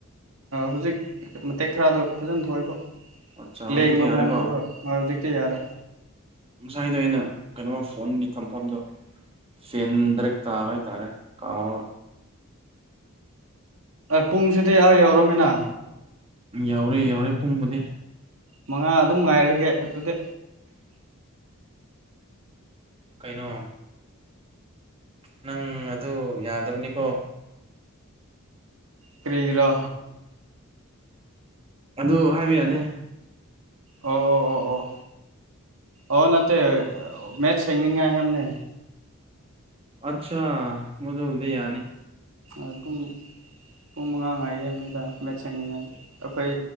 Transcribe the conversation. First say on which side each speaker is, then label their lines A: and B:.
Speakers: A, on the right (about 70°); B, on the right (about 25°).
A: ꯍꯧꯖꯤꯛ ꯃꯇꯦꯛ ꯈꯔꯗꯣ ꯐꯖꯅ ꯊꯣꯛꯏꯦꯕ
B: ꯑꯠꯆꯥ ꯍꯧꯖꯤꯛꯇꯤ
A: ꯂꯦꯡꯕ
B: ꯌꯥꯔꯦꯀꯣ
A: ꯃꯑꯣꯡꯗꯨꯒꯣ ꯍꯧꯖꯤꯛꯇꯤ ꯌꯥꯔꯦ
B: ꯉꯁꯥꯏꯗꯣ ꯑꯩꯅ ꯀꯩꯅꯣ ꯐꯣꯟꯒꯤ ꯊꯝꯐꯝꯗꯣ ꯆꯦꯟ ꯗ꯭ꯔꯦꯛ ꯇꯥꯕ ꯍꯥꯏꯇꯥꯔꯦ ꯀꯥꯎꯔ
A: ꯄꯨꯡꯁꯤꯗꯤ ꯑꯥ ꯌꯎꯔꯝꯃꯤꯅ
B: ꯌꯥꯎꯔꯦ ꯌꯥꯎꯔꯦ ꯄꯨꯡꯕꯨꯗꯤ
A: ꯃꯉꯥ ꯑꯗꯨꯝ ꯉꯥꯏꯔꯒꯦ ꯑꯗꯨꯗꯤ
B: ꯀꯩꯅꯣ ꯅꯪ ꯑꯗꯨ ꯌꯥꯗꯕꯅꯤꯀꯣ
A: ꯀꯔꯤꯒꯔꯥ
B: ꯑꯗꯨ ꯍꯥꯏꯕ ꯌꯥꯅꯦ
A: ꯑꯣ ꯑꯣ ꯑꯣ ꯑꯣ ꯑꯣ ꯅꯠꯇꯦ ꯃꯦꯆ ꯁꯦꯡꯅꯤꯉꯥꯏ ꯍꯥꯏꯦꯦꯝꯅꯦ
B: ꯑꯆꯥ ꯑꯣꯗ ꯎꯗ ꯌꯥꯅꯤ
A: ꯑꯗꯨꯨꯝ ꯄꯨꯡ ꯃꯉꯥ ꯉꯥꯏꯒꯤ ꯑꯅꯦꯗ ꯃꯦꯠꯁ ꯁꯦꯡꯅꯤꯡꯉꯥꯏꯒꯤ ꯑꯩꯈꯣꯏ